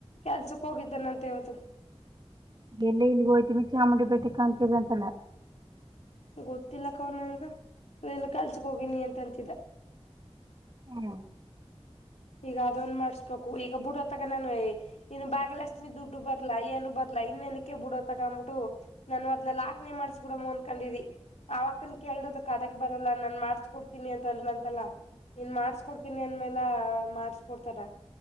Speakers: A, on the left; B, on the right.
A: ಕೆಲ್ಸಕ್ ಹೋಗಿದ್ದಾನ ಅಂತ ಹೇಳ್ತಾನ.
B: ಇಲ್ಲಿ ಇಲ್ಲಿಗೆ ಹೋತಿವಿ ಚಾಮುಂಡಿ ಬೆಟ್ಟೆಕ ಕಾಣಂತಿದರಂತಲ್ಲ.
A: ಗೊತ್ತಿಲ್ಲ ಅಕ್ಕ ಅವ್ರ ನಂಗ ಎನು ಕಾಸಕ್ ಹೋಗಿನಿ ಅಂತಿದ್ದೆ.
B: ಹ್ಮ.
A: ಈಗ ಅದೊಂದ ಮಾಡ್ಸ್ಬೇಕು ಈಗ ಬಿಡತ್ತಗ ನಾನು ಏ ಇನ್ನು ಭಾಗಲಕ್ಷ್ಮಿ ದುಡ್ಡು ಬದಲಾ ಏನು ಬದಲಾ ಇನ್ನ ನನಕ್ಕೆ ಬಿಡೋ ತೊಗೊಂಡ ಬಿಟ್ಟು ನಾನು ಅದ್ನೆಲ್ಲಿ ಹಾಕನೆ ಮಾಡ್ಸ್ಬ ಬಿಡಮ್ಮ ಅಂದಕೊಂಡಿದ್ದಿ. ಆವ ಆಕ್ಕನ್ ಕೇಳದಕ್ ಅದಕ್ ಬರಲ್ಲ ನಾನ್ ಮಾಡ್ಸ್ಕ ಕೊಡ್ತೀನಿ ಅಂತ ಅಂದಲಂತಲ್ಲ. ನೀನ್ ಮಾಡ್ಸ್ಕ ಕೊಡ್ತೀನಿ ಅಂದ್ಮೇಲ ಮಾಡಸ್ಕೊಡ್ತಾರ